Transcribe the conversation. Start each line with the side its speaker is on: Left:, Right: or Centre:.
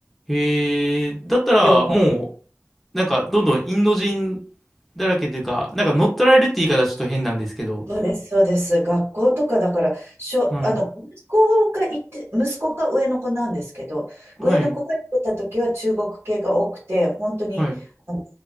Centre: へえ、だったら、
Right: 要は
Centre: もう、なんか、どんどんインド人だらけというか、なんか乗っ取られるって言い方はちょっと変なんですけど、
Right: そうです、そうです。学校とかだから、しょ、
Centre: はい、
Right: あの、息子が行って、息子が上の子なんですけど、上の子が行ってた時は中国系が多くて、
Centre: はい、
Right: 本当に、
Centre: はい、
Right: あの、